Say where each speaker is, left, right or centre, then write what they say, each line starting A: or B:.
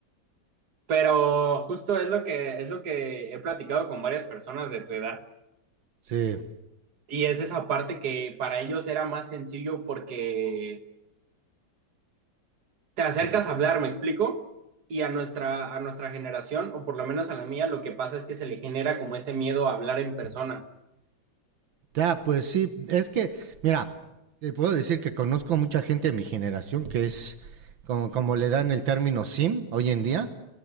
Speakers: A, on the right; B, on the right.
A: Pero justo es lo que, es lo que he platicado con varias personas de tu edad.
B: Sí.
A: Y es esa parte que para ellos era más sencillo porque te acercas
B: horri-
A: a hablar, ¿me explico? Y a nuestra, a nuestra generación, o por lo menos a la mía, lo que pasa es que se le genera como ese miedo a hablar en persona.
B: Ya, pues sí, es que, mira, te puedo decir que conozco mucha gente de mi generación que es como, como le dan el término sim hoy en día.